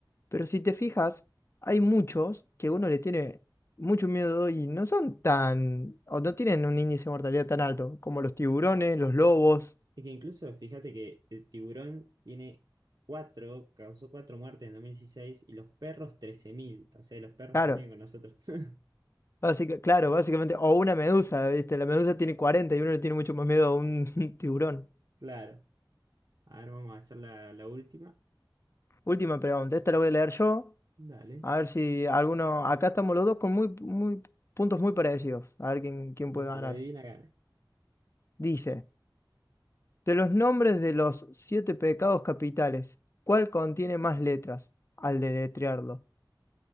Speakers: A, on the left; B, on the right.
A: Pero si te fijas, hay muchos que uno le tiene mucho miedo y no son tan, o no tienen un índice de mortalidad tan alto, como los tiburones, los lobos,
B: Es que incluso fíjate que el tiburón tiene cuatro, causó cuatro muertes en 2016 y los perros 13.000, O sea, los perros
A: claro,
B: conviven con nosotros. <laughs>
A: básica- claro, básicamente, o una medusa, ¿viste? La medusa tiene 40 y uno le tiene mucho más miedo a un <laughs> tiburón.
B: Claro. A ver, vamos a hacer la, la última.
A: Última pregunta, esta la voy a leer yo,
B: Dale.
A: a ver si alguno, acá estamos los dos con muy, muy, puntos muy parecidos, a ver quién, quién
B: El
A: puede ganar.
B: que la adivina gana.
A: Dice, De los nombres de los siete pecados capitales, ¿cuál contiene más letras al deletrearlo?